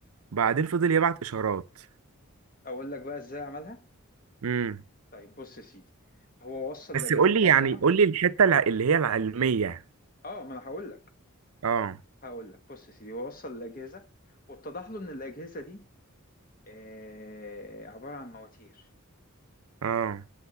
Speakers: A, on the right (about 80°); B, on the left (about 40°).
A: بعدين فضل يبعت اشارات
B: اقول لك بقى ازاي عملها؟
A: امم
B: طيب بص يا سيدي هو وصل الأجهزة
A: بس قول
B: ببعضها
A: لي يعني قول لي الحتة الع- اللي هي العلمية
B: اه ما انا هقول لك
A: اه
B: هقول لك بص يا سيدي هو وصل الأجهزة واتضح له ان الأجهزة دي آه، عبارة عن مواتير
A: اه